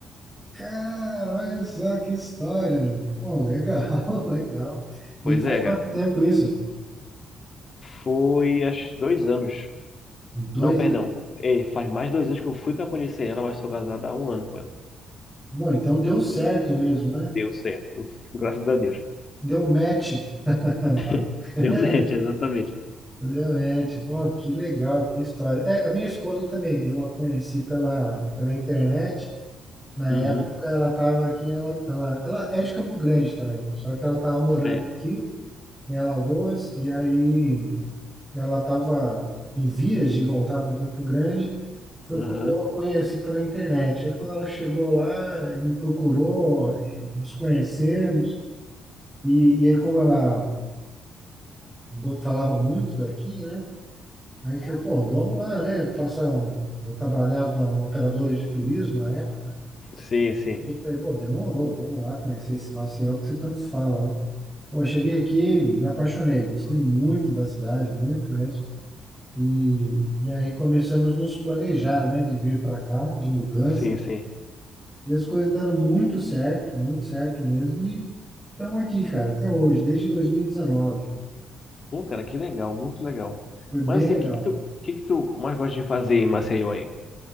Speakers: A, in the centre; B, on the left.
A: cara, olha só que história, meu. Pô, legal, <laughs> legal. E
B: Pois
A: faz
B: é,
A: quanto
B: cara.
A: tempo isso?
B: Foi há dois anos.
A: Dois
B: Não, perdão.
A: anos.
B: Ei, faz mais de dois anos que eu fui para conhecer ela, mas sou casado há um ano com ela.
A: Bom, então deu certo mesmo, né?
B: Deu certo. <laughs> Graças a Deus.
A: Deu match. <laughs>
B: <laughs>
A: Bacana.
B: Deu match, exatamente.
A: Realmente, pô, que legal, que história. É, a minha esposa também, eu a conheci pela, pela internet. Na
B: Uhum.
A: época ela estava aqui, ela, ela, ela é de Campo Grande também, só que ela estava morando
B: É.
A: aqui em Alagoas, e aí ela estava em vias de voltar para Campo Grande. Foi
B: Uhum.
A: quando eu a conheci pela internet. Aí quando ela chegou lá, me procurou, e nos conhecemos, e, e aí como ela bo- falava muito daqui, né? Aí eu falei,
B: É o-
A: pô, vamos lá, né? Passar um... Eu trabalhava em uma operadora de turismo na época.
B: Sim, sim.
A: E eu falei, pô, demorou, vamos lá conhecer esse Maceió que você tanto fala, né? Pô, eu cheguei aqui, me apaixonei, gostei muito da cidade, muito mesmo. E, e aí começamos a nos planejar, né, de vir para cá, de mudança.
B: Sim, sim.
A: E as coisas deram muito certo, muito certo mesmo. E estamos aqui, cara, até hoje, desde 2019.
B: Pô, cara, que legal, muito legal.
A: Foi bem
B: Mas assim,
A: legal.
B: o que que tu, o que que tu mais gosta de fazer em Maceió aí?